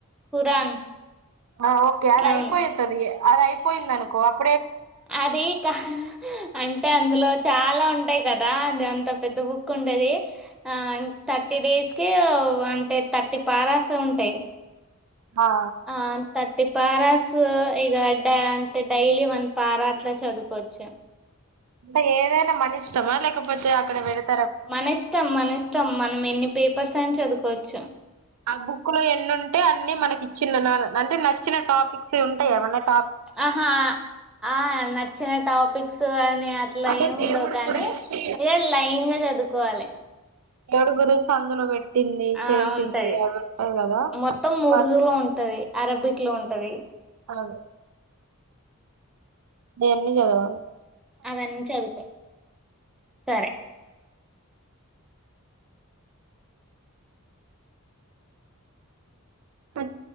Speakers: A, in the centre; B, on the right.
A: ఖురాన్
B: ! ఆ ఓకే అదయిపోయితది
A: అవును
B: అదయిపోయిందనుకో అప్.
A: అది కాహాహా అంటే అందులో. చాలా ఉంటాయి కదా అదంతా పెద్ద బుక్ ఉంటాది ఆ థర్టీ డేస్ కి. ఓ అంటే థర్టి పారాస్ ఉంటాయి.
B: న్హా.
A: ఆ థర్టీ పారాస్ ఇగా డా అంటే డైలీ వన్ పారా అట్లా చదుకోచ్చు.
B: అంటే ఏదైనా మనిష్టమా లేకపోతే అక్కడ వెరే.? !
A: మన ఇష్టం, మన ఇష్టం మనం ఎన్ని పేపర్సైనా చదుకోచ్చు.
B: ఆ బుక్ లో ఎన్నుంటే అన్ని మనకి ఇచ్చిననా నంటే నచ్చిన టాపిక్స్ ఉంటాయెమనా.? !
A: ఆహా అ ఆ నచ్చిన టాపిక్స్ అని. అట్లా
B: అంటే
A: ఏమి
B: దేవుడి
A: ఉండవు కానీ
B: గురించి
A: ఇగ లైన్గా జదువుకోవాలి.
B: ఏవ్రు గురించి అందులో బెట్టింది,
A: ఆ
B: చేసింది
A: ఉంటది
B: అవి ఉంటాయి గదా
A: మొత్తం ఉర్దూలో
B: వా.
A: ఉంటది అరబిక్ లో ఉంటది.
B: హాలో. దేన్మీద బొవాలె.
A: అవాన్న్ చదుతే. సరే. !
B: పాట్